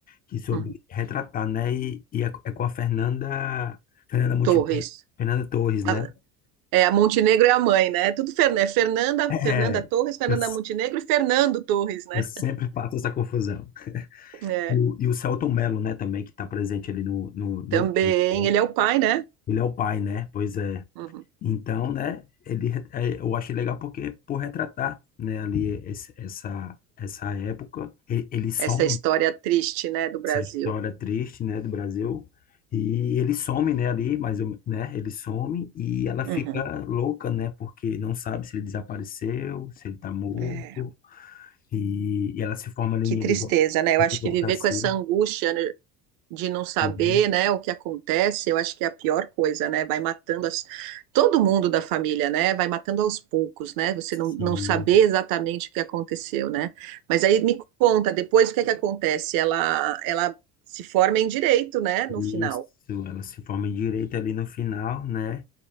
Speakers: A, on the left; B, on the right.
A: Que soube
B: uhum.
A: retratar, né? E, e é, é com a Fernanda, Fernanda Montenegro,
B: Torres.
A: Fernanda Torres, né?
B: A-
A: <laughs>
B: É, a Montenegro é a mãe, né? É tudo Fer- é Fernanda,
A: É,
B: Fernanda Torres, Fernanda
A: eu,
B: Montenegro e Fernando Torres, né?
A: eu sempre faço essa confusão.
B: É,
A: E o, e o Selton Mello, né, também, que está presente ali no, no, no
B: também,
A: filme, né?
B: ele é o pai, né?
A: Ele é o pai, né? Pois é.
B: Uhum.
A: Então, né, ele, re- é, eu achei legal porque, por retratar, né, ali esse- essa, essa época, e- ele some
B: essa história triste, né, do Brasil.
A: essa história triste, né, do Brasil, e ele some, né, ali, mas, eu- né, ele some e ela fica
B: Uhum.
A: louca, né, porque não sabe se ele desapareceu, se ele está morto,
B: É,
A: e, e ela se forma ali
B: que tristeza,
A: em advo-
B: né? Eu
A: advocacia.
B: acho que viver com essa angústia de não saber,
A: Uhum.
B: né, o que acontece, eu acho que é a pior coisa, né? Vai matando as... todo mundo da família, né? Vai matando aos poucos, né? Você
A: Sim,
B: não, não saber exatamente o que aconteceu, né? Mas aí me conta depois o que é que acontece. Ela, ela se forma em direito, né? No
A: Isso,
B: final.
A: ela se forma em direito ali no final, né?